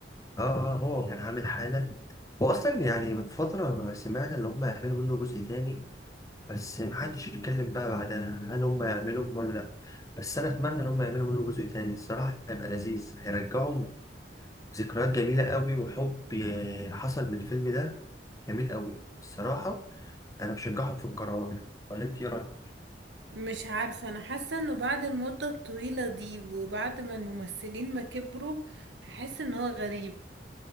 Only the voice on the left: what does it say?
آه هو كان عامل حالة هو أصلا يعني من فترة سمعنا إن هما هيعملوا منه جزء تاني بس محدش يتكلم بقى بعدها هل هم يعملوا ولا لأ بس أنا أتمنى إن هم يعملوا منه جزء تاني الصراحة هيبقى لذيذ هيرجعهم ذكريات جميلة قوي وحب ي- حصل من الفيلم ده جميل قوي الصراحة أنا بشجعهم في القرار ولا أنت إيه رأيك؟